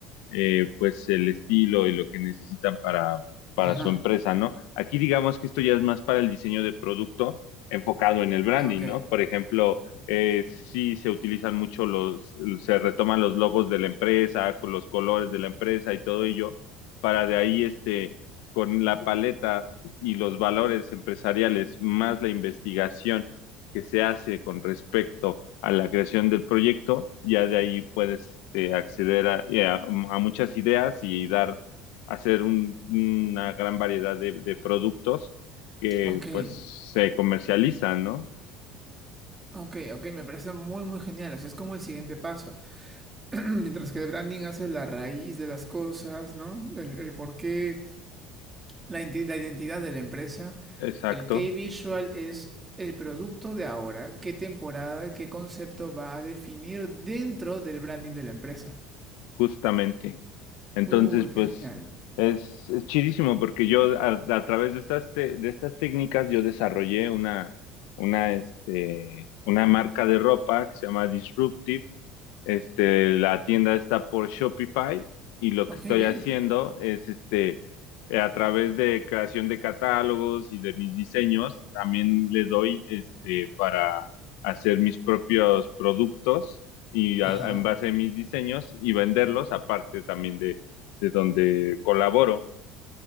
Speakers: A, on the left; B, on the right.
A: eh, pues el estilo y lo que necesitan para, para
B: Ajá.
A: su empresa, ¿no? Aquí digamos que esto ya es más para el diseño de producto enfocado en el branding,
B: Ah, ok.
A: ¿no? Por ejemplo, eh, sí se utilizan mucho los, se retoman los logos de la empresa, con los colores de la empresa y todo ello, para de ahí este, con la paleta y los valores empresariales, más la investigación que se hace con respecto a la creación del proyecto, ya de ahí puedes este, acceder a, eh, a- a muchas ideas y dar, hacer un- una gran variedad de, de productos que
B: Ok.
A: pues se comercializan, ¿no?
B: Ok, ok, me parece muy, muy genial. O sea, es como el siguiente paso. <clears throat> Mientras que el branding hace la raíz de las cosas, ¿no? El, el porqué, la, inte- la identidad de la empresa.
A: Exacto,
B: El key visual es el producto de ahora, qué temporada, qué concepto va a definir dentro del branding de la empresa.
A: justamente. Entonces,
B: Uy, qué
A: pues
B: genial.
A: es, es chidísimo porque yo a, a través de estas, te- de estas técnicas yo desarrollé una, una, este, una marca de ropa que se llama Disruptive Este, la tienda está por Shopify y lo
B: Ok,
A: que estoy
B: bien.
A: haciendo es este, eh, a través de creación de catálogos y de mis diseños, también le doy este, para hacer mis propios productos y a-
B: Ajá,
A: en base a mis diseños y venderlos, aparte también de, de donde colaboro.